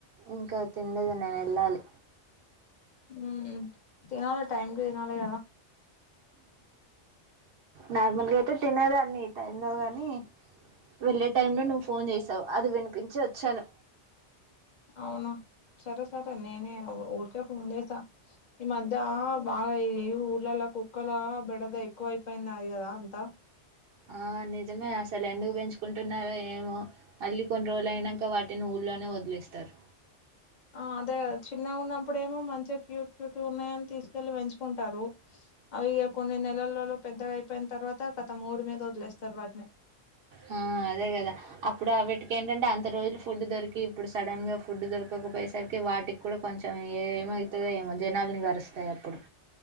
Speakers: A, on the right (about 65°); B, on the left (about 40°).
A: ఇంక తినల్దు నేనెళ్ళాలి
B: ఉమ్ తినాలె టైంకి తినాలీ గదా <inaudible>
A: నార్మల్గయితే తినేదాన్ని ఈ టైమ్ లో గాని వెళ్ళే టైంలో నువ్వు ఫోన్ చేసావు అది వినిపించి వచ్చాను
B: అవునా సరే సరే నేనే ఊరికే ఫోన్ చేసా ఈ మధ్య బాగా ఈ ఊర్లలో కుక్కల బెడద ఎక్కువ అయిపోయింది అది కదా అంతా
A: ఆ నిజమే అసలు ఎందుకు పెంచుకుంటున్నారు ఏమో అది కొన్ని రోలు అయినాక వాటిని ఊళ్ళోనే వదిలేస్తారు
B: ఆ అదే కదా చిన్నగా ఉన్నప్పుడేమో మంచిగా క్యూట్ క్యూట్ ఉన్నాయని తీసుకెళ్ళి పెంచుకుంటారు అవి కొన్ని నెలలలో పెద్దగా అయిపోయిన తర్వాత గత రోడ్ మీదకి వదిలేస్తారు వాటిని
A: మ్మ్ అదే కదా అప్పుడు వాటికి ఏంటంటే అంత రోజులు ఫుడ్ దొరికి ఇప్పుడు సడన్ గా ఫుడ్ దొరకకపోయేసరికి వాటికి కూడా కొంచెం ఏ ఏమయతదో ఏమో జనాల్ని గరుస్తాయి అప్పుడు